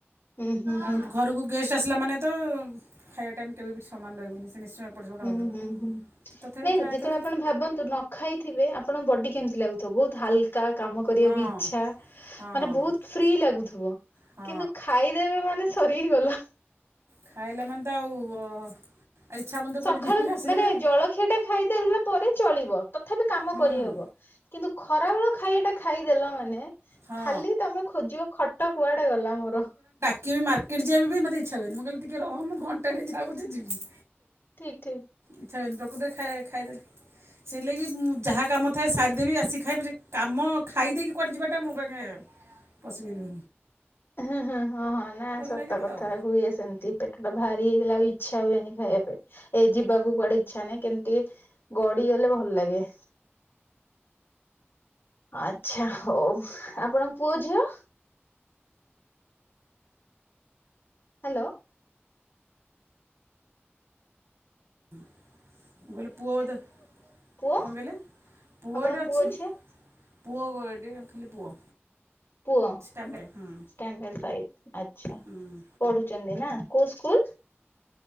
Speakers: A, on the left (about 60°); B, on the right (about 75°).
A: ହୁଁ ହୁଁ
B: ଆଉ
A: ହୁଁ
B: ଘରୁକୁ ଗେଷ୍ଟ ଆସିଲା ମାନେ ତ ଖାଇବା ଟାଇମ୍ କେବେ ବି ସମାନ ରହିବନି ସେ ନିଶ୍ଚୟ ଏପଟ ସେପଟ
A: ହୁଁ
B: ହେବ।
A: ହୁଁ ହୁଁ
B: ତଥାପି
A: ନାଇଁ
B: ଟ୍ରାଏ
A: ଯେତେବେଳେ
B: କରେ
A: ଆପଣ ଭାବନ୍ତୁ ନ ଖାଇଥିବେ ଆପଣଙ୍କ ବଡି କେମିତି ଲାଗୁଥିବ, ବହୁତ ହାଲକା କାମ କରିବାକୁ
B: ହଁ
A: ଇଚ୍ଛା
B: ହଁ।
A: ମାନେ ବହୁତ ଫ୍ରୀ ଲାଗୁଥିବ
B: ହଁ
A: କିନ୍ତୁ ଖାଇ ଖାଇଦେବେ ମାନେ ସରି ଗଲା।
B: ଖାଇଲେ ମାନେ ତ ଆଉ ଇଚ୍ଛା ହବନି ତ
A: ସଖାଳୁ
B: କୁଆଡ଼େ ଯିବା ପାଇଁ ଆସିବେ
A: ମାନେ
B: ଆଉ
A: ଜଳଖିଆ ଟା ଖାଇଦେଲା ପରେ ଚଳିବ ତଥାପି କାମ
B: ହୁଁ
A: କରିହବ। କିନ୍ତୁ ଖରାବେଳ ଖାଇବା ଟା ଖାଇଦେଲ ମାନେ
B: ହଁ
A: ଖାଲି ତମେ ଖୋଜିବ ଖଟ କୁଆଡେ ଗଲା ମୋର।
B: କିଏ ବି ମାର୍କଟ ଯିବା ବି ମୋତେ ଇଚ୍ଛା ହୁଏନି ମୁଁ କହିଲି ଟିକେ ରହ ମୁଁ ଘଣ୍ଟାଟେ ଯାଉ ପଛେ ଯିବି।
A: ଠିକ୍ ଠିକ୍।
B: ଇଛା ହୁଏନି ପ୍ରକୃତରେ ଖାଇ ଖାଇଦେଲେ ସେଇ ଲାଗି ମୁଁ ଯାହା କାମ ଥାଏ ସାରିଦେବି ଆସି ଖାଏ ପଛେ କାମ ଖାଇଦେଇକି କୁଆଡେ ଯିବାଟା ମୋ ପାଖେ ଅସୁବିଧା।
A: ହୁଁ ହୁଁ ହଁ ହଁ ନା ସତ
B: ଲାଗେନି
A: କଥା
B: ଆଉ
A: ହୁଏ ସେମତି। ପେଟଟା ଭାରି ହେଇଗଲେ ଆଉ ଇଚ୍ଛା ହୁଏନି ଖାଇବା ପାଇଁ ଏ ଯିବାକୁ କୁଆଡେ ଇଚ୍ଛା ନାହିଁ କେମତି କି ଗଡିଗଲେ ଭଲ ଲାଗେ। ଆଚ୍ଛା ହଉ ଆପଣଙ୍କ ପୁଅ ଝିଅ। ହାଲୋ।
B: ହୁଁ। ମୁଁ କହିଲି ପୁଅ ଦେ,
A: ପୁଅ
B: କଣ କହିଲେ ପୁଅ
A: ଆପଣଙ୍କ
B: ଏଇଟି ଅଛି।
A: ଝିଅ
B: ପୁଅ ଗୋଏଟି ଖାଲି ପୁଅ।
A: ପୁଅ
B: ଷ୍ଟାଣ୍ଡାର୍ଡ଼ ହୁଁ
A: ଷ୍ଟାଣ୍ଡାଡ ଫାଇଭ ଆଛା।
B: ହୁଁ
A: ପଢୁଚନ୍ତି ନାଁ କୋଉ ସ୍କୁଲ?